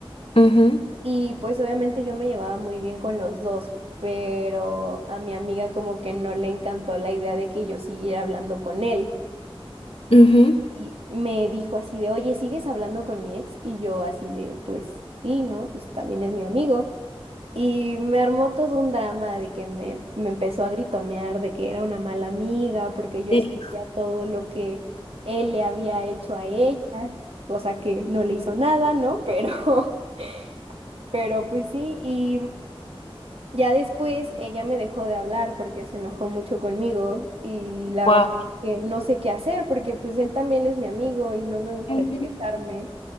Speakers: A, on the left; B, on the right.
A: Ujú,
B: y pues obviamente yo me llevaba muy bien con los dos, pero a mi amiga como que no le encantó la idea de que yo siguiera hablando con él
A: ujú.
B: y me dijo así de, oye, ¿sigues hablando con mi ex? Y yo así de, pues sí, ¿no? Pues también es mi amigo. Y me armó todo un drama de que me, me empezó a gritonear de que era una mala amiga, porque yo
A: Serio.
B: sabía todo lo que él le había hecho a ella, cosa que no le hizo nada, ¿no? Pero, <laughs> pero pues sí, y ya después ella me dejó de hablar porque se enojó mucho conmigo y la
A: Wow,
B: verdad que no sé qué hacer porque pues él también es mi amigo y no me gustaría
A: Ujú.
B: alejarme